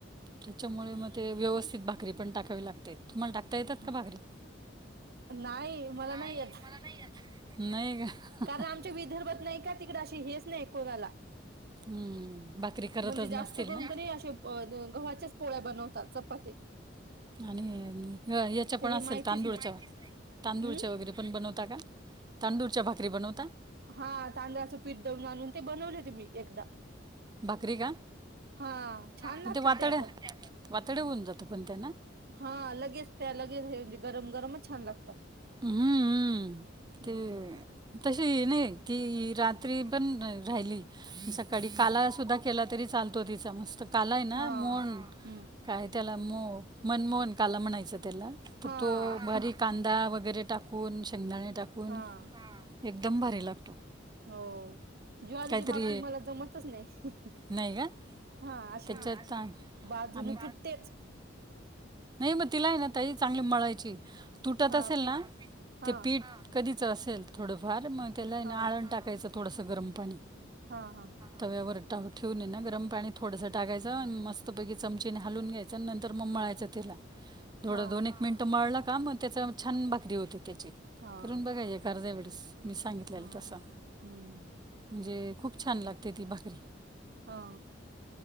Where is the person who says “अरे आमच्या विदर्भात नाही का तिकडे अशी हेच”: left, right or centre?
Right